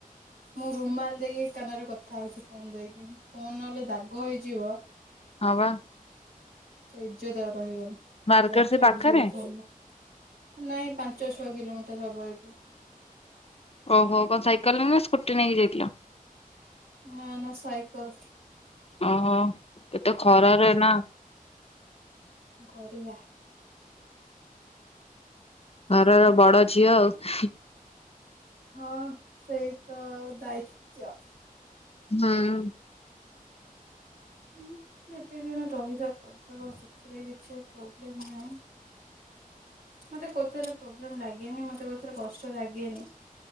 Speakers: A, on the right; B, on the left.
A: ମୁଁ ରୁମ୍ ମାଲ ଦେଇକି କାନରେ କଥା ହଉଛି ଫୋନ ଦେଇକି ଫୋନ ନଲେ ଦାଗ ହେଇଯିବ।
B: ହଁ ବା
A: ସେଇ ଯେ ତ ରହିଗନ
B: ମାର୍କେଟ
A: ଧଜା
B: ସେ
A: ଆଡଯିବ
B: ପାଖରେ
A: ଫ ନାଇଁ ପାଞ୍ଚ ଛଅ କିଲୋମିଟର ହବ ଏଇଠୁ
B: ଓହୋ କଣ ସାଇକେଲ ନେଇ ନା ସ୍କୁଟି ନେଇକି ଯାଇଥିଲା।
A: ନା ନା ସାଇକଲ
B: ଓହୋ ଏତେ ଖରାରେ ନା।
A: କରିବା।
B: ଆରାମ ବଡ ଝିଅ ଆଉ।
A: ହଁ ସେଇ ତ ଦାୟିତ୍୍ୱ
B: ହଁ।
A: ଁ ଯେତେ ଦିନ ରହିବା କରିଦବା ସେଥିରେ କିଛି ପ୍ରୋବ୍ଲେମ ନାହିଁ। ମତେ କଥରେ ପ୍ରୋବ୍ଲେମ ଲାଗେନି ମତେ କଥରେ କଷ୍ଟ ଲାଗେନି